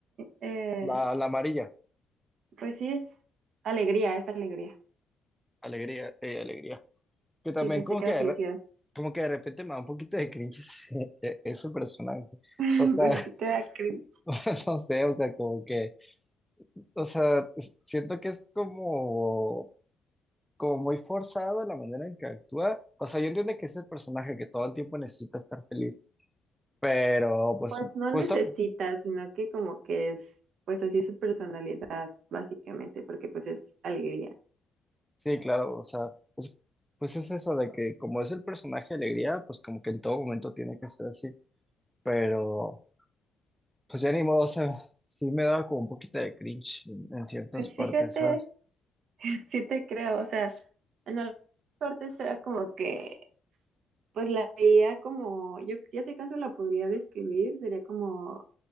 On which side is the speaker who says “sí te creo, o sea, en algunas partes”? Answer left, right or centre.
Right